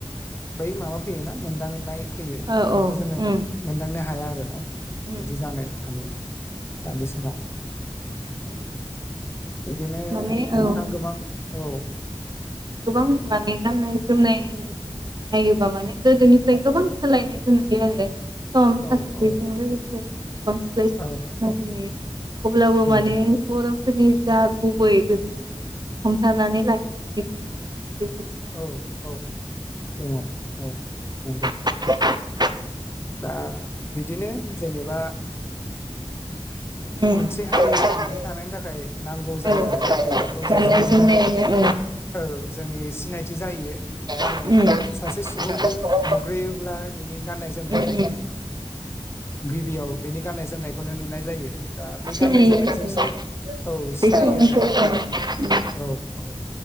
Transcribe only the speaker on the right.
औ
औ
उम
उम
उम
औ
नंगौ
माने
औ
गोबां माने गाननाय जोमनाय नायोबा माने गोदोनिफ्राय गोबां सोलायनायखौ नुयो आरो सम थासारिजों
लोगोसे। <unintelligible>
अब्लाबो
माने बर'फोरनि जा गुबै बेखौ माने हमथानानै लाखि <unintelligible>
<unintelligible>
उम
औ
गाननाय
जोमनायानो औ
उम उम
उम
औ
सिनायो
बे
सैमाखौ
उम